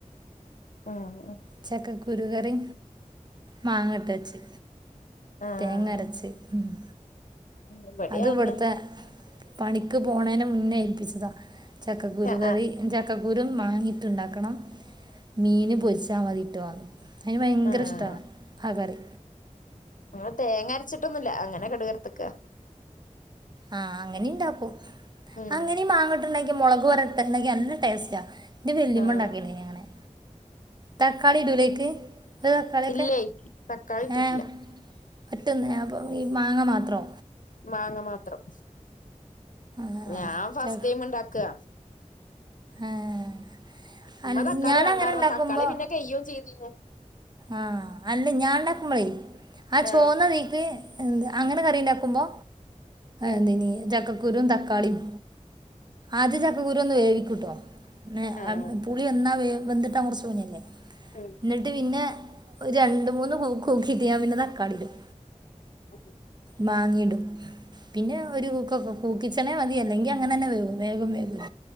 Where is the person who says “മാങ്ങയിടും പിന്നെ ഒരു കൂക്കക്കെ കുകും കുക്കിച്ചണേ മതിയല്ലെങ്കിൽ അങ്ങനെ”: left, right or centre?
Right